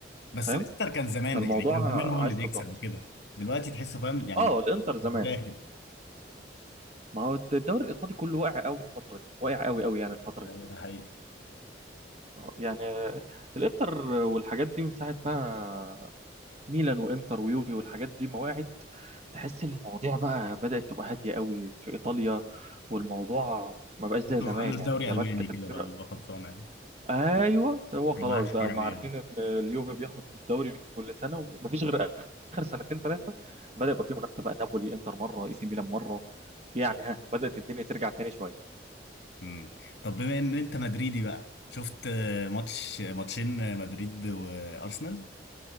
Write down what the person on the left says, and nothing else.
بس
الانتر كان زمان
بقى يعني كان زمان هو اللي
بيكسب
وكده دلوقتي تحسه فاهم يعني
مش
مش داخل
ايوه
ده حقيقي
تحسه
قلب
دوري
الماني
كده
بقى اللي هو خلصانه يعني
يعني ما حدش
يتفرج عليه
يعني
امم طب بما ان انت مدريدي بقى شفت آه، ماتش ماتشين آه، مدريد وارسنال